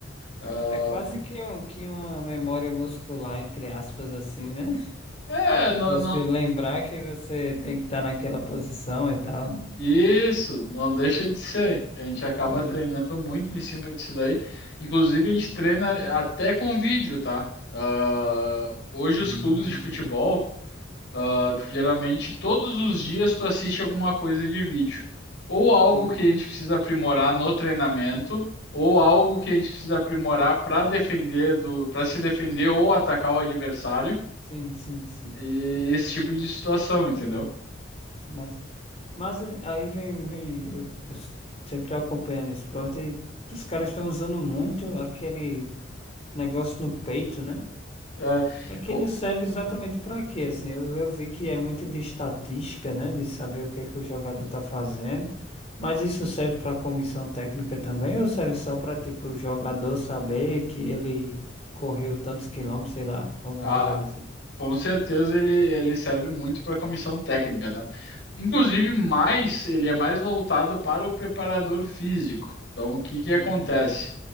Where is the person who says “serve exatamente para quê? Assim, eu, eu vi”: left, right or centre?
Left